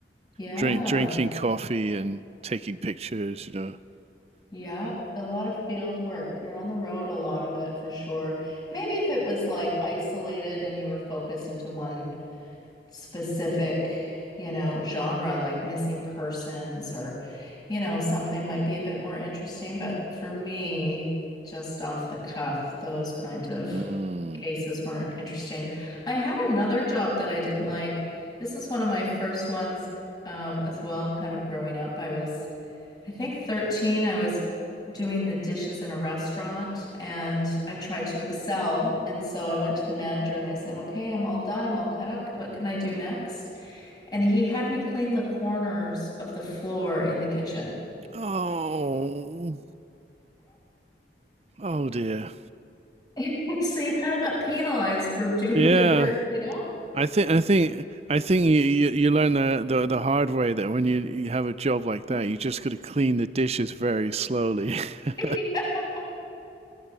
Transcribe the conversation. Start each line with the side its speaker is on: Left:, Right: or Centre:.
Left: Yeah.
Right: drink drinking coffee and taking pictures, you know.
Left: Yeah, a lot of field work. You're on the road a lot of it for sure. Maybe if it was like isolated and you were focused into one specific, you know, genre like missing persons or, you know, something might be a bit more interesting. But for me, just off the cuff, those kind of
Right: Mm.
Left: cases weren't interesting. I had another job that I didn't like. This is one of my first ones, um, as well, kind of growing up. I was I think 13, I was doing the dishes in a restaurant and I tried to excel. And so I went to the manager and I said, Okay, I'm all done. I'm all cut up. What can I do next? And he had me clean the corners of the floor in the kitchen.
Right: Oh, oh dear.
Left: <laughs> So you kind of got penalized for doing
Right: Yeah.
Left: good work, you know?
Right: I think I think I think you, you, you learn the, the the hard way that when you, you have a job like
Left: <laughs>
Right: that, you just got to clean the dishes very slowly. <laughs>
Left: Yeah.